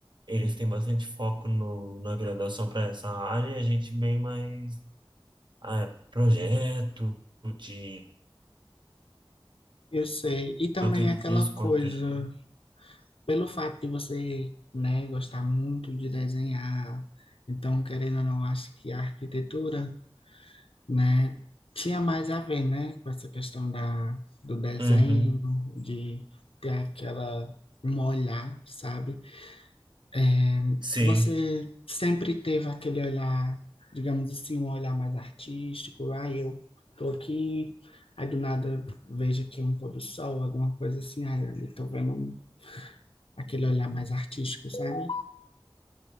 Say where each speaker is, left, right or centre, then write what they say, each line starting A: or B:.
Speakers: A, on the right; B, on the left.
A: Eles têm bastante foco no, na graduação para essa área e a gente bem mais ah, projeto de
B: Eu sei. E também
A: tanto edifício
B: é aquela coisa,
A: quanto de
B: pelo fato de você, né, gostar muito de desenhar, então querendo ou não, acho que a arquitetura né? Tinha mais a ver, né, com essa questão da, do desenho,
A: Uhum.
B: de ter aquela um olhar, sabe? É,
A: Sim.
B: você sempre teve aquele olhar, digamos assim, um olhar mais artístico, ah, eu tô aqui, aí do nada vejo aqui um pôr do sol, alguma coisa assim, ah, ali tô vendo um- aquele olhar mais artístico, sabe?